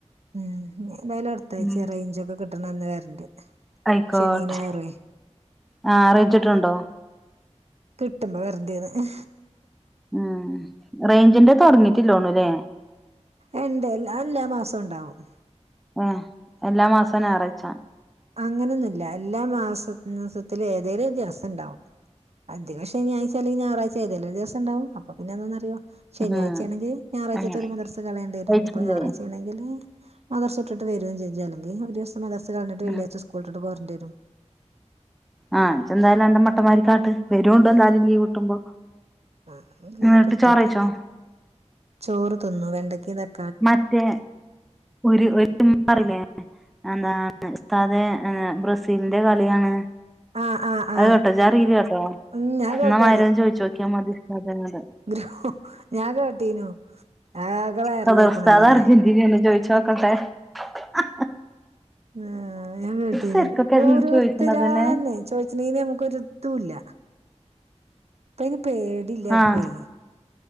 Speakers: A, on the right; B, in the centre.
A: ഉം എന്തായാലും അടുത്താഴ്ച
B: ഉം
A: റേഞ്ചൊക്കെ കിട്ടണ അന്ന് വരണ്ട്
B: ആയിക്കോട്ടെ
A: ശനി ഞായറുവേ
B: ആ അറിയിച്ചിട്ടുണ്ടോ
A: കിട്ടുമ്പോ വരണ്ട് ന്ന്
B: ഉം റേഞ്ചിന്റെ തുടങ്ങിട്ടില്ലോണു അല്ലേ
A: എ ണ്ട് അതെല്ലാ മാസും ഉണ്ടാവും
B: ഏ എല്ലാ മാസവും ഞായറാഴ്ചാ
A: അങ്ങനെയൊന്നുല്ല എല്ലാ മാസ മാസത്തിലും ഏതെങ്കിലും ഒരുദിവസം ഉണ്ടാവും അധികം ശനിയാഴ്ച അല്ലെങ്കിൽ ഞായറാഴ്ച ഏതെലൊരു ദിവസം ഉണ്ടാവും, അപ്പൊ പിന്നെ എന്താന്നറിയോ ശനിയാഴ്ച
B: ആഹ്
A: ആണെങ്കി ഞായറാഴ്ചത്തെ
B: അങ്ങനെ
A: ഒരു മദർസ കളയണ്ടിവരും
B: കഴിച്ചില്ലേ
A: ഇനിപ്പോ ഞായറാഴ്ച ആണെങ്കില് മദർസ വിട്ടിട്ട് വരും ചെജ്ജ അല്ലങ്കിൽ ഒരു ദിവസം മദർസ് കളഞ്ഞിട്ട് വെള്ളിയാഴ്ച
B: ആഹ്
A: സ്കൂൾ വിട്ടിട്ട് പോരാണ്ടിയരും.
B: ആഹ് ഇജ്ന്തായാലും അന്റെ മട്ടമാരികാട്ട് വരോണ്ടു എന്തായാലും ലീവ് കിട്ടുമ്പോ
A: ആ ലീവ്
B: എന്നിട്ട്
A: കിട്ടട്ടെ,
B: ചോറയിച്ചോ
A: ചോറ് തിന്നു വെണ്ടക്കയും തക്ക
B: മറ്റേ ഒരു ഒരുമ്മ പറില്ലേ എന്താണ് ഉസ്താതെ ഏ ബ്രസീലിന്റെ കളിയാണ്
A: ആ ആ
B: അത്
A: ആ
B: കേട്ടോ ജാ റീല് കേട്ടോ
A: ഉം ഞാൻ കേട്ടു
B: എന്നമാതിരി ഒന്ന് ചോദിച്ചു നോക്കിയാൽ മതി ഉസ്താദിനോട്
A: ഗ്ര ഞാൻ കേട്ടീനു ആകെ വൈറലായിക്കണല്ലോ
B: സെദാറുസ്താദ്
A: അത്
B: അർജന്റീനയാണ് ചോയിച്ചു നോക്കട്ടെ ഹഹ
A: ഉം ആ ഞാൻ കേട്ടുന്നത്
B: ശരിക്കൊക്കെ
A: ഓരോരുത്തരാന്നെ
B: ചോയിക്കണതന്നെ
A: ചോദിച്ചെണെ ന് നമുക്കൊരിതുല്ല. പ്പാതിന് പേടില്ലാർക്കും
B: ആഹ്